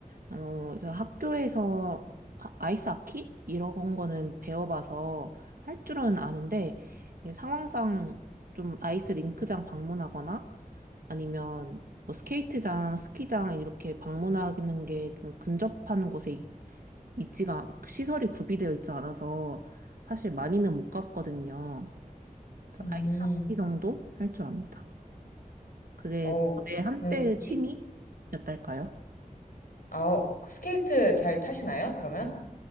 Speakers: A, on the right; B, on the left.
A: 어, 그래서 학교에서 아- 아이스 하키? 이런 거는 배워봐서 할 줄은 아는데, 이게 상황상 좀 아이스 링크장 방문하거나 아니면 뭐 스케이트장, 스키장 이렇게 방문하는 게 좀 근접한 곳에 이- 있지가, 시설이 구비되어 있지 않아서 사실 많이는 못 갔거든요. 저
B: 음,
A: 아이스 하키 정도 할 줄 압니다. 그게
B: 어,
A: 저의 한때
B: 음, 스키-
A: 취미였달까요?
B: 아, 스케이트 잘 타시나요? 그러면?